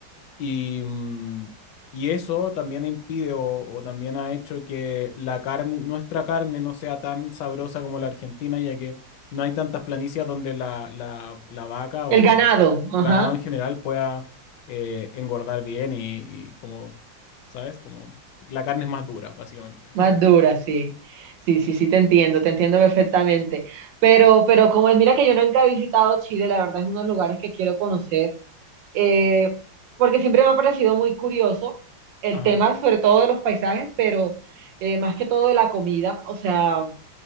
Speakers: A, on the left; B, on the right.
A: Y, mm, y eso también impide o, o también ha hecho que la carne, nuestra carne no sea tan sabrosa como la argentina, ya que no hay tantas planicias donde la, la- la vaca
B: El
A: o
B: ganado,
A: el
B: ajá,
A: ganado en general pueda eh, engordar bien y, y como, ¿sabes? Como la carne es más dura, básicamente.
B: más
A: <laughs>
B: dura, sí. Sí, sí, sí, te entiendo, te entiendo perfectamente. Pero, pero como es, mira que yo nunca he visitado Chile, la verdad es uno de los lugares que quiero conocer, eh, porque siempre me ha parecido muy curioso el
A: Ajá,
B: tema, sobre todo de los paisajes, pero eh, más que todo de la comida. O sea,